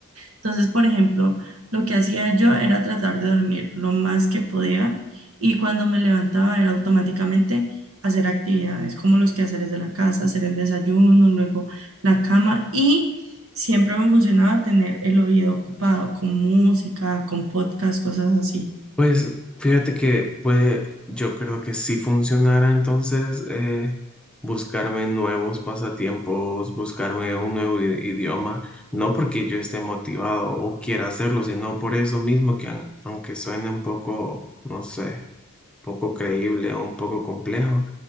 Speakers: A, on the right; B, in the centre.
A: Entonces, por ejemplo, lo que hacía yo era tratar de dormir lo más que podía y cuando me levantaba era automáticamente hacer actividades como los quehaceres de la casa, hacer el desayuno, luego la cama y siempre me funcionaba tener el oído ocupado con música, con podcast, cosas así.
B: Pues fíjate que puede, yo creo que si funcionara entonces eh, buscarme nuevos pasatiempos, buscarme un nuevo i- idioma, no porque yo esté motivado o quiera hacerlo, sino por eso mismo que a- aunque suene un poco, no sé, poco creíble o un poco complejo,